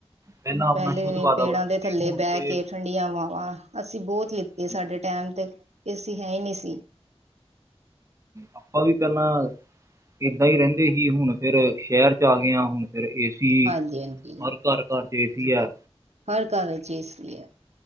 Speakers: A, on the right; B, on the right.
A: ਪਹਿਲਾਂ ਆਪਣਾ
B: ਪਹਿਲੇ
A: ਸ਼ੁੱਧ ਵਾਤਾਵਰਨ
B: ਪੇੜਾਂ ਦੇ
A: ਸੀ
B: ਥੱਲੇ
A: ਹੁਣ
B: ਬਹਿ
A: ਤੇ
B: ਕੇ ਠੰਡੀਆਂ ਹਵਾਂਵਾਂ ਅਸੀਂ ਬਹੁਤ। ਇਹ
A: ਜੀ
B: ਸਾਡੇ ਟਾਈਮ ਤੇ ਏਸੀ ਹੈ ਈ ਨਹੀਂ ਸੀ।
A: ਆਪਾਂ ਵੀ ਪਹਿਲਾਂ। ਇਦਾਂ ਈ ਰਹਿੰਦੇ ਸੀ ਹੁਣ ਫੇਰ ਅਸੀਂ ਸ਼ਹਿਰ ਚ ਆ ਗਏ ਆ ਹੁਣ। ਫਿਰ ਏਸੀ
B: ਹਾਂਜੀ ਹਾਂਜੀ
A: ਹਰ ਘਰ ਘਰ ਚ ਏਸੀ ਆ।
B: ਹਰ ਘਰ ਵਿੱਚ ਏਸੀ ਆ।